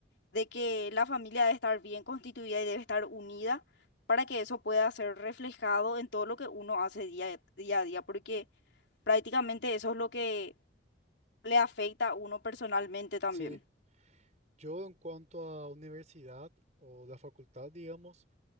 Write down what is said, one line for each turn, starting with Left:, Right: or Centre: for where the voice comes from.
Left: de que la familia debe estar bien constituida y debe estar unida para que eso pueda ser reflejado en todo lo que uno hace día, día a día, porque prácticamente eso es lo que le afecta a uno personalmente también.
Right: sí. Yo en cuanto a universidad o la facultad, digamos,